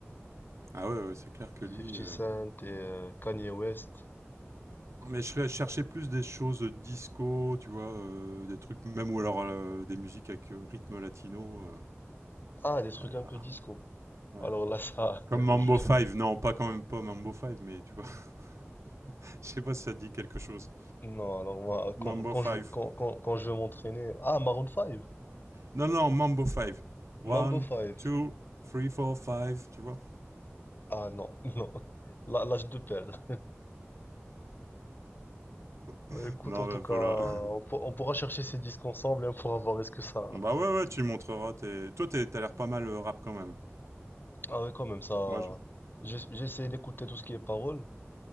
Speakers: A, on the right; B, on the left.
A: Ah, ouais, ouais, c'est clair que lui.
B: Fifty
A: euh,
B: Cent et euh, Kanye West.
A: Mais je serais- je cherchais plus des choses disco, tu vois, euh, des trucs, même ou alors euh, des musiques avec euh, rythme latino. euh,
B: Ah, des trucs
A: euh,
B: un peu
A: ah,
B: disco.
A: ouais.
B: Alors là, ça,
A: Comme
B: <laughs> je,
A: Mambo Five non, pas quand même pas Mambo Five mais tu vois, <laughs> je sais pas si ça dit quelque chose.
B: Non, alors moi,
A: Mambo
B: quand, quand
A: Five
B: je, quand,
A: oh,
B: quand, quand
A: oh.
B: je veux m'entraîner. Ah, Maroon 5,
A: Non, non, Mambo Five One,
B: Mambo 5.
A: two, three, four, five, tu vois.
B: Ah non, <laughs> non. Là, là, je te perds. Ouais,
A: <laughs>
B: écoute,
A: Non,
B: en tout
A: bah,
B: cas,
A: voilà.
B: on,
A: <laughs>
B: pour- on pourra chercher ces disques ensemble et on pourra voir est-ce que ça.
A: bah ouais, ouais, tu montreras. Tes... Toi, t'es- t'as l'air pas mal euh, rap quand même.
B: Ah oui, quand même, ça.
A: Moi, je.
B: j'ess- J'essaie d'écouter tout ce qui est paroles.